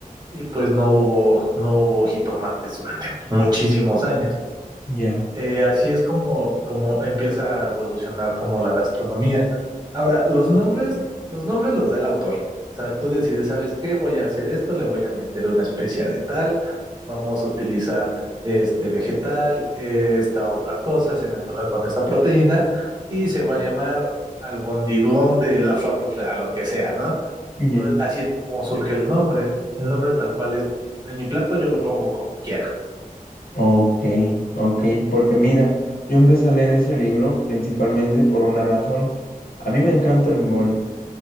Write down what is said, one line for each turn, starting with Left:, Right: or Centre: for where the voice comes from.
Right: y pues no hubo, no hubo jitomates durante muchísimos años.
Left: Ya,
Right: Eh, así es como, como empieza a evolucionar como la gastronomía. Ahora, los nombres, los nombres los da el autor. O sea, tú decides, ¿sabes qué? Voy a hacer esto, le voy a meter una especia de tal, vamos a utilizar este vegetal, eh, esta otra cosa, se me antoja con esta proteína, y se va a llamar albondigón de la fra, fra, fra, lo que sea, ¿no?
Left: ya.
Right: Entonces, así es como surge el nombre. El nombre tal cual es, en mi plato yo lo pongo como quiera.
Left: Ok, ok. Porque mira, yo empecé a leer ese libro principalmente por una razón. A mí me encanta el mole.